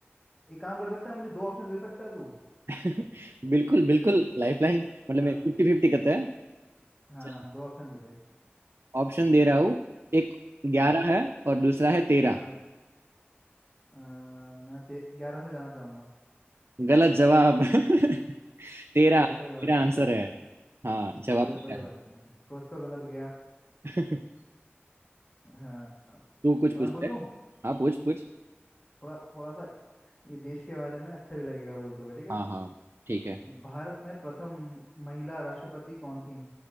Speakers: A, on the left; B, on the right.
A: एक काम कर सकता है मुझे दो ऑप्शन दे सकता है तू
B: <laughs> बिल्कुल बिल्कुल
A: <laughs>
B: लाइफलाइन मतलब
A: हाँ
B: मैं फिफ्टी फिफ्टी करता है
A: हाँ
B: चल
A: हाँ दो ऑप्शन दे दे
B: ऑप्शन दे रहा हूँ एक ग्यारह
A: हाँ
B: है और दूसरा है तेरह
A: हाँ अ, मैं ग्यारह में जाना चाहूंगा
B: गलत जवाब <laughs> तेरह
A: चलो कोई
B: तेरा
A: बात नहीं
B: आंसर है हाँ जवाब
A: चलो कोई
B: तेरह
A: बात नहीं कुछ तो गलत गया
B: है <laughs>
A: हाँ हाँ।
B: तू कुछ
A: अब
B: पूछते
A: मैं पूछूं
B: हाँ पूछ पूछ
A: थोड़ा थोड़ा सा ये देश के बारे में अच्छा भी लगेगा बोल तो भाई ठीक है
B: हाँ हाँ ठीक है
A: भारत में प्रथम महिला राष्ट्रपति कौन थी